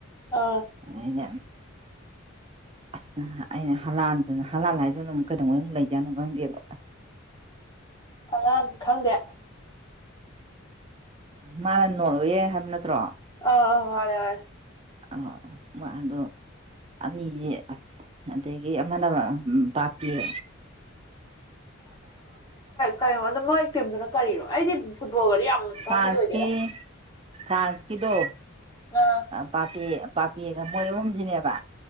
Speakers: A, on the left (about 20°); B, on the right (about 25°).
A: ꯑꯥ
B: ꯑꯗꯩꯗ ꯑꯁ ꯑꯩꯅ ꯍꯂꯥꯜꯗꯨꯅ ꯍꯂꯥꯜ ꯍꯥꯏꯗꯨꯅ ꯑꯃꯨꯛ ꯀꯩꯗꯧꯉꯩ ꯑꯃꯨꯛ ꯂꯩꯗꯣꯢ ꯂꯩꯗꯣꯢ ꯖꯠꯅꯣ ꯈꯪꯗꯦꯕ
A: ꯍꯂꯥꯟ ꯈꯪꯗꯦ
B: ꯃꯥꯅ ꯅꯣꯔꯋꯦ ꯍꯥꯏꯕ ꯅꯠꯇ꯭ꯔꯣ
A: ꯑ ꯃꯥꯅꯦ ꯃꯥꯅꯦ
B: <unintelligible> ꯑꯅꯤꯁꯦ ꯑꯁ ꯑꯗꯒꯤ ꯑꯃꯅ ꯕꯥꯞꯄꯤꯌꯦ
A: ꯀꯩꯅꯣ ꯑꯣ ꯃꯣꯏ ꯇꯤꯝꯗꯨꯅ ꯀꯔꯤꯅꯣ ꯑꯩꯗꯤ ꯐꯨꯠꯕꯣꯜꯒꯗꯤ ꯌꯥꯝ ꯈꯪꯕꯗꯤ
B: ꯐ꯭ꯔꯥꯟꯁꯀꯤ
A: ꯑꯣꯏꯗꯦꯗ
B: ꯐ꯭ꯔꯥꯟꯁꯀꯤꯗꯣ
A: ꯑ
B: ꯕꯥꯞꯄꯦꯌꯦ ꯕꯥꯞꯄꯦꯌꯦꯒ ꯃꯣꯏ ꯑꯍꯨꯝꯁꯤꯅꯦꯕ